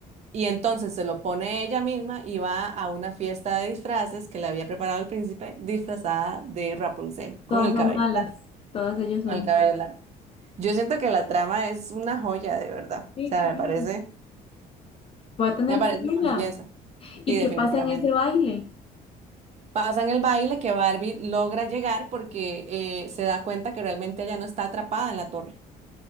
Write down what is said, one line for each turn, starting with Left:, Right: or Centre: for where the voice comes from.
Right: Y entonces se lo pone ella misma y va a una fiesta de disfraces que le había preparado el príncipe, disfrazada de Rapunzel,
Left: Todas
Right: con el
Left: son
Right: cabello
Left: malas.
Right: largo,
Left: Todas ellas son
Right: con el cabello
Left: malas.
Right: largo. Yo siento que la trama es una joya, de verdad.
Left: Sí,
Right: O sea,
Left: qué
Right: me
Left: bien.
Right: parece,
Left: Voy a tener
Right: me parece
Left: que verla.
Right: una belleza.
Left: ¿Y
Right: Sí, definitivamente.
Left: qué pasa en ese baile?
Right: Pasan el baile que Barbie logra llegar porque eh, se da cuenta que realmente ella no está atrapada en la torre.